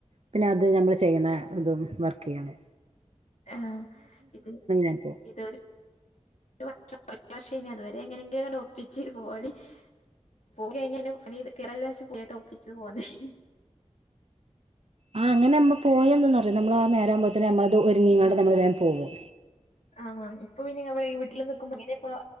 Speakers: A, on the right; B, on the left.
A: പിന്നെ അത് ഞമ്മൾ ചെയ്യണ ഇതും വർ ക്കെയാണ്
B: ആ ഇത്
A: ഞാൻ പോകും
B: ഇത് ഒരു ഒറ്റ <unintelligible> അത് എങ്ങനെയെങ്കിലും അങ്ങോട്ട് ഒപ്പിച്ച് പോവല് പോയി കഴിഞ്ഞ പിന്നെ പണിണ്ട് <unintelligible>
A: ആഹ് അങ്ങനെ നമ്മ പോയന്ന് നമ്മളാ നേരാ വുമ്പോത്തിന് നമ്മള് ഒരുങ്ങിങ്ങാണ്ട്
B: ആഹ്
A: നമ്മള് വേം ണ് പോവും
B: ആഹ് ഇപ്പൊ പിന്നാ <unintelligible> വീട്ടിൽ നിക്കുമ്പ ഇങ്ങനെ ഇപ്പ